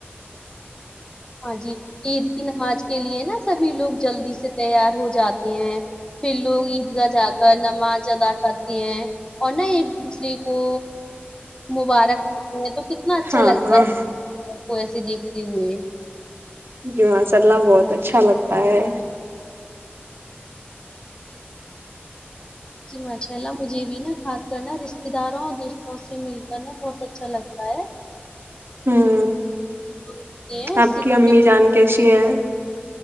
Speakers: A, on the left (about 20°); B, on the right (about 65°).
A: ہاں جی عید کی نماز کے لیے نا سبھی لوگ جلدی سے تیار ہو جاتے ہیں پھر لوگ عید گاہ جا کر نماز ادا کرتے ہیں اور نہ ایک دوسرے کو مبارک دتے ہیں تو کتنا اچھا
B: ہاں
A: لگتا ہے سب کو ایسے دیکھتے ہوئے
B: جی ماشا اللہ بہت اچھا لگتا ہے
A: جی ماشا اللہ مجھے بھی نا خاص کرناا رشتے داروں اور دوستوں سے مل کر نا بہت اچھا لگتا ہے آے
B: ہوں
A: جو ہوتے ہیں
B: آپ
A: سکھ
B: کی امی
A: بھی
B: جان کیسی ہیں